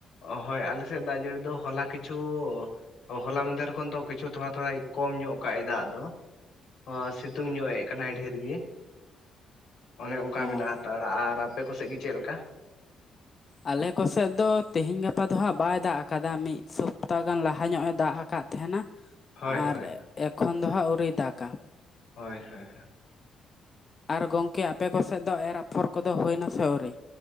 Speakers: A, on the left; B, on the left.
A: ᱚ ᱦᱳᱭ ᱟᱞᱮᱥᱮᱫ ᱫᱟᱜ ᱡᱟᱹᱲᱤ ᱫᱚ ᱦᱚᱞᱟ ᱠᱤᱪᱷᱩ ᱚ ᱦᱚᱞᱟ ᱢᱟᱫᱷᱮᱨ ᱠᱷᱚᱱ ᱫᱚ ᱠᱤᱪᱷᱩ ᱛᱷᱚᱲᱟ ᱛᱷᱚᱲᱟᱭ ᱠᱚᱢ ᱧᱚᱜ ᱠᱟᱜ ᱟᱭ ᱫᱟᱜ ᱫᱚ, ᱚ ᱥᱤᱛᱩᱝ ᱧᱚᱜ ᱮ ᱠᱟᱱᱟᱭ ᱰᱷᱮᱨ ᱜᱮ᱾ ᱚᱱᱮ ᱚᱸᱠᱟ
B: ᱚ
A: ᱢᱮᱱᱟᱜ ᱦᱟᱛᱟᱲᱟ ᱟᱨ ᱟᱯᱮ ᱠᱚᱥᱮᱫ ᱜᱮ ᱪᱮᱫ ᱞᱮᱠᱟ?
B: ᱟᱞᱮ ᱠᱚᱥᱮᱫ ᱫᱚ ᱛᱮᱦᱤᱧ ᱜᱟᱯᱟ ᱫᱚ ᱦᱟᱸᱜ ᱵᱟᱭ ᱫᱟᱜ ᱟᱠᱟᱫᱟ ᱢᱤᱫ ᱥᱚᱯᱛᱟ ᱜᱟᱱ ᱞᱟᱦᱟ ᱧᱚᱜ ᱮ ᱫᱟᱜ ᱟᱠᱟᱫ ᱛᱟᱦᱮᱸᱱᱟ
A: ᱦᱳᱭ
B: ᱟᱨ
A: ᱦᱳᱭ
B: ᱮᱠᱷᱚᱱ ᱫᱚ ᱦᱟᱸᱜ ᱟᱹᱣᱨᱤ ᱫᱟᱜᱽᱼᱟ᱾
A: ᱦᱳᱭ ᱦᱳᱭ ᱦᱳᱭ᱾
B: ᱟᱨ ᱜᱚᱝᱠᱮ ᱟᱯᱮ ᱠᱚᱥᱮᱫ ᱫᱚ ᱮᱨ ᱟᱯᱷᱚᱨ ᱠᱚᱫᱚ ᱦᱩᱭ ᱮᱱᱟ ᱥᱮ ᱟᱹᱣᱨᱤ?